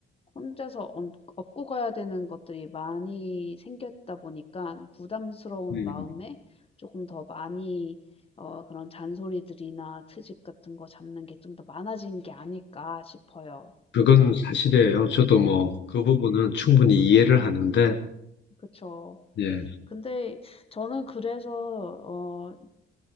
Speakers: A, on the left (about 30°); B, on the left (about 65°).
A: 혼자서 얻 업고 가야 되는 것들이 많이 생겼다 보니까 부담스러운
B: 음,
A: 마음에 조금 더 많이 어, 그런 잔소리들이나 트집 같은 거 잡는 게 좀 더 많아진 게 아닐까 싶어요.
B: 그건 사실이에요. 저도 뭐 그 부분은 충분히 이해를 하는데,
A: 그쵸.
B: 네,
A: 근데 저는 그래서, 어,